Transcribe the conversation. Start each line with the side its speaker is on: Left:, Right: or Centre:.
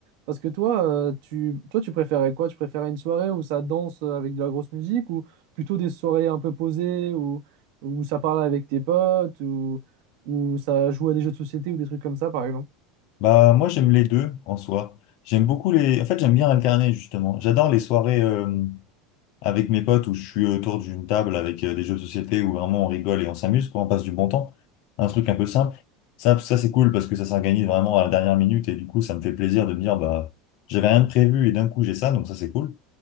Right: Parce que toi, euh, tu, toi, tu préférais quoi? Tu préférais une soirée où ça danse euh, avec de la grosse musique ou plutôt des soirées un peu posées où, où ça parle avec tes potes ou où ça joue à des jeux de société ou des trucs comme ça, par exemple?
Left: Bah, moi, j'aime les deux en soi. J'aime beaucoup les. En fait, j'aime bien alterner, justement. J'adore les soirées euh, avec mes potes où je suis autour d'une table avec euh, des jeux de société où vraiment on rigole et on s'amuse, quoi, on passe du bon temps. Un truc un peu simple. Ça, ça c'est cool parce que ça s'organise vraiment à la dernière minute et du coup, ça me fait plaisir de me dire, bah, j'avais rien de prévu et d'un coup, j'ai ça, donc ça, c'est cool.